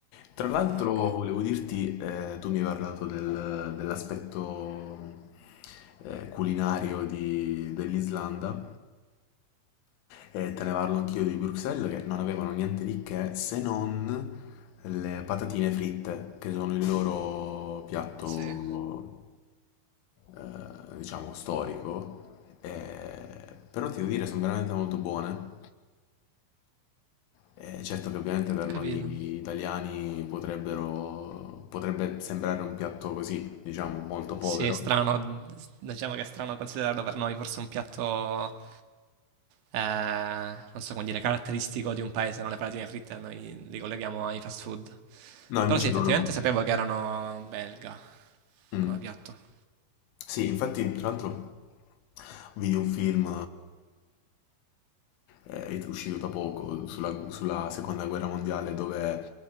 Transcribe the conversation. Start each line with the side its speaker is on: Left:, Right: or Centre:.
Left: Tra l'altro
Right: Ah, ok.
Left: volevo dirti, eh, tu mi hai parlato del- dell'aspetto eh, culinario di- dell'Islanda e te ne parlo anch'io di Bruxelles che non avevano niente di che se non le patatine fritte che sono il loro piatto
Right: Sì.
Left: eh, diciamo, storico, eh, però ti devo dire, sono veramente molto buone. Eh, certo che ovviamente per
Right: Ho
Left: noi
Right: capito.
Left: italiani potrebbero, potrebbe sembrare un piatto così, diciamo, molto povero.
Right: Sì, è strano, diciamo che è strano considerarlo per noi forse un piatto, eh, non so come dire, caratteristico di un paese, non le patatine fritte, noi li colleghiamo ai fast food.
Left: No,
Right: Però
Left: invece
Right: sì, effettivamente
Left: loro... no.
Right: sapevo che erano belga
Left: Mm.
Right: come piatto.
Left: Sì, infatti, tra l'altro, vidi un film eh, è uscito da poco sulla, sulla seconda guerra mondiale dove